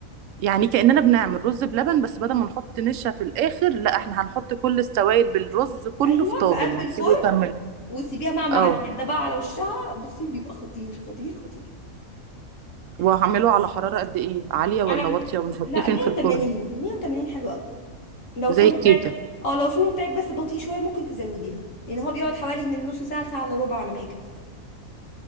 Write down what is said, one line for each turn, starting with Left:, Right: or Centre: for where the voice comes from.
Right: يعني كأننا بنعمل رز بلبن بس بدل ما نحط نشا في الآخر لا احنا هنحط كل السوائل بالرز كله
Left: ايوه
Right: في طاجن
Left: في قلب
Right: ونسيبه
Left: الفرن
Right: يكمل
Left: وسيبيها مع مع
Right: اه
Left: الزبده بقى على وشها بصي بيبقى خطير خطير خطير
Right: وهعمله
Left: لا
Right: على حرارة قد إيه؟ عالية ولا
Left: انا م-
Right: واطية ونحطيه
Left: لا
Right: فين
Left: 180
Right: في الفرن؟
Left: 180 حلو قوي لو
Right: زي
Left: الفرن
Right: الكيكة
Left: بتاعك اه لو الفرن بتاعك بس بطيء شويه ممكن تزوديها لان هو بيقعد حوالي من نص ساعه لساعه الا ربع على ما يجهز